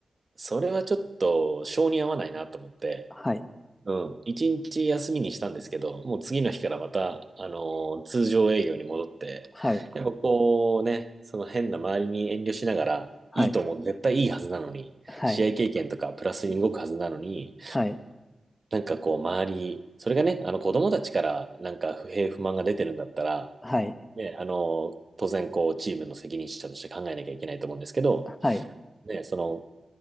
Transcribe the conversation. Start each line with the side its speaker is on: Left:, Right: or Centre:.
Right: それはちょっと、性に合わないなと思って、
Left: はい。
Right: うん。一日休みにしたんですけど、もう次の日からまた、あのー通常営業に戻って、
Left: はい。
Right: やっぱこうね、その変な周りに遠慮しながら、
Left: はい。
Right: いいと思う、絶対いいはずなのに、
Left: はい。
Right: 試合経験とかプラスに動くはずなのに、
Left: はい。
Right: なんかこう周り、それがね、あの子供たちからなんか不平不満が出てるんだったら、
Left: はい。
Right: ね、あのー当然こうチームの責任者として考えなきゃいけないと思うんですけど、
Left: はい。
Right: ね、その